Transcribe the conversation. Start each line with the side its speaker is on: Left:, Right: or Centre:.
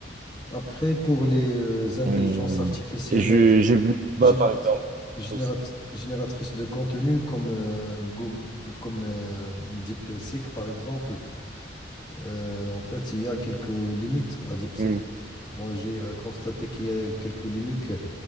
Left: Après, pour les euh, intelligences
Right: Hum,
Left: artificielles,
Right: et je, j'ai vu Canva,
Left: Générat-
Right: par exemple.
Left: générat-
Right: aussi.
Left: génératrice de contenu comme, euh, Goo- comme euh, DeepSeek, par exemple, euh, en fait, il y a quelques limites à DeepSeek.
Right: Hum,
Left: Moi, j'ai euh, constaté qu'il y a quelques limites,